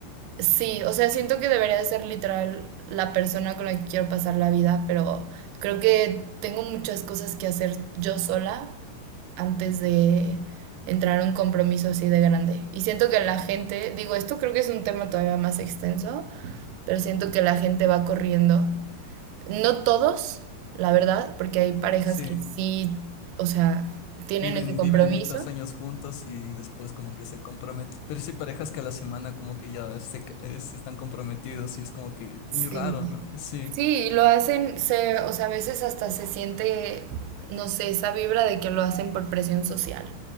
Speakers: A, on the right; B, on the left.
A: sí, o sea, siento que debería de ser literal la persona con la que quiero pasar la vida, pero creo que tengo muchas cosas que hacer yo sola antes de entrar a un compromiso así de grande. Y siento que la gente, digo, esto creo que es un tema todavía más extenso, pero siento que la gente va corriendo. No todos, la verdad, porque hay parejas
B: sí.
A: que sí, o sea, tienen
B: Viven,
A: ese compromiso.
B: viven muchos años juntos y después como que se comprometen. Pero sí hay parejas que a la semana como que ya se, ca- eh, se están comprometidos y es como que muy
A: Sí.
B: raro, ¿no? Sí.
A: Sí, y lo hacen, se, o sea, a veces hasta se siente, no sé, esa vibra de que lo hacen por presión social.